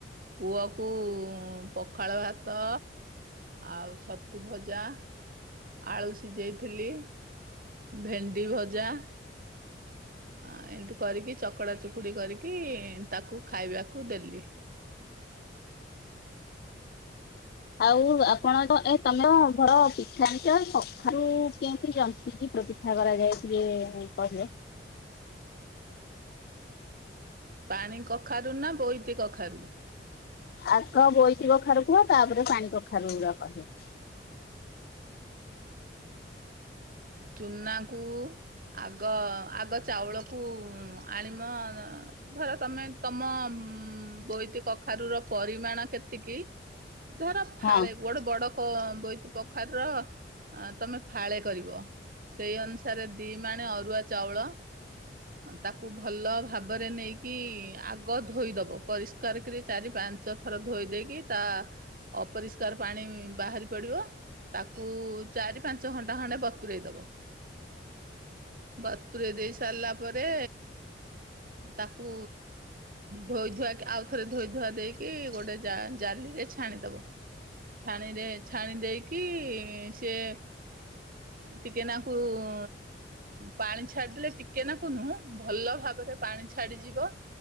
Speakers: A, on the right; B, on the left.
A: ପୁଅ କୁ ପଖାଳ ଭାତ ଆଉ ଛତୁ ଭଜା ଆଳୁ ସିଯେଇଥିଲି ଭେଣ୍ଡି ଭଜା। ଆ ଏମତି କରିକି ଚକଡ଼ା ଚୁକୁଡି କରିକି ତାକୁ ଖାଇବାକୁ ଦେଲି।
B: ଆଉ ଆପଣ ତ ଏ ତମେ ଘର ପିଠା ଯାମିଛ କଖାରୁ କେମିତି ଜନ୍ତିକି ପିଠା ପିଠା କରାଯାଏ ଟିକେ କହିବ।
A: ପାଣି କଖାରୁ ନା ବୋଇତି କଖାରୁ?
B: ଆଗ ବୋଇତି କଖାରୁ କୁହ ତାପରେ ପାଣି କଖାରୁ ଗୁରା କହିବ।
A: ଚୁନା କୁ ଆଗ ଆଗ ଚାଉଳକୁ ଆଣିିବ ଧର ତମେ ତମ ଉ ବୋଇତି କଖାରୁ ର ପରିମାଣ କେତିକି। ଧର ଫାଳେ
B: ହଁ
A: ଗୋଟେ ବଡ ବୋଇତିକଖାରୁର ତମେ ଫାଳେ କରିବ। ସେଇ ଅନୁସାରେ ଦି ମାଣେ ଅରୁଆ ଚାଉଳ। ତାକୁ ଭଲ ଭାବରେ ନେଇକି ଆଗ ଧୋଇଦବ ପରିଷ୍କାର କରି ଚାରି ପାଞ୍ଚ ପଞ୍ଚ ଥର ଧୋଇ ଦେଇକି ତା ଅପରିଷ୍କାର ପାଣି ବାହାରି ପଡିବ ତାକୁ ଚାରି ପାଞ୍ଚ ଘଣ୍ଟା ଖଣ୍ଡେ ବ <unintelligible> ଦବ ବତୁରେଇ ଦେଇସାରିଲା ପରେ ତାକୁ ଧୋଇ ଧୁଆ କି ଆଉଥରେ ଧୋଇ ଧୁଆ ଦେଇକି ଗୋଟେ ଜା ଜାଲି ରେ ଛାଣିଦବ। ଛାଣି ରେ ଛାଣିଦେଇକି ସିଏ ଟିକେନା କୁ ଉଁ ପାଣି ଛାଡ଼ିଦେଲେ ଟିକେ ନାକୁ ନୁହୁଁ ଭଲ ଭାବରେ ପାଣି ଛାଡ଼ିଯିବ।